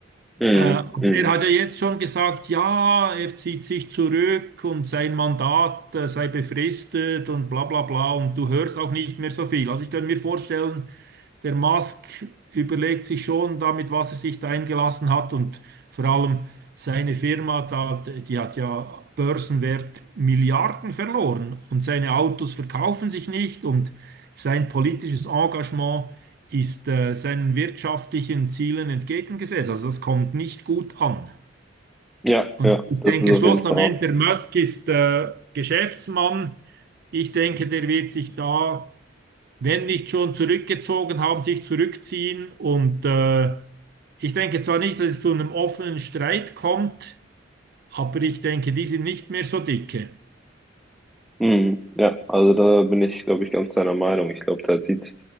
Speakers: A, in the centre; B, on the right.
A: Mhm.
B: Äh, aber
A: Mhm.
B: er hat ja jetzt schon gesagt, ja, er zieht sich zurück und sein Mandat äh, sei befristet und bla bla bla und du hörst auch nicht mehr so viel. Also ich könnte mir vorstellen, der Musk überlegt sich schon damit, was er sich da eingelassen hat und vor allem seine Firma, da, die hat ja Börsenwert Milliarden verloren und seine Autos verkaufen sich nicht und sein politisches Engagement ist äh, seinen wirtschaftlichen Zielen entgegengesetzt. Also das kommt nicht gut an.
A: Ja,
B: Und
A: ja,
B: ich
A: das
B: denke,
A: ist auf
B: schlussendlich,
A: jeden Fall auch.
B: der Musk ist äh, Geschäftsmann. Ich denke, der wird sich da, wenn nicht schon zurückgezogen haben, sich zurückziehen. Und äh, ich denke zwar nicht, dass es zu einem offenen Streit kommt, aber ich denke, die sind nicht mehr so dicke.
A: Mhm. Ja, also da bin ich, glaube ich, ganz deiner Meinung. Ich glaube, da sieht